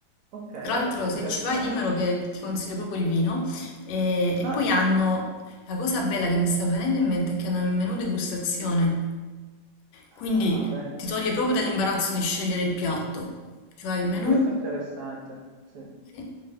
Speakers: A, on the right; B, on the left.
A: Ok,
B: Tra
A: beh,
B: l'altro,
A: interessante.
B: se ci vai, dimmelo che ti consiglio proprio il vino. E, e
A: Ah,
B: poi hanno la cosa bella che mi sta venendo in mente è che hanno il menù degustazione. Quindi
A: ah, bello.
B: ti toglie proprio dall'imbarazzo di scegliere il piatto. Cioè il menù,
A: Questo è interessante, sì.
B: sì,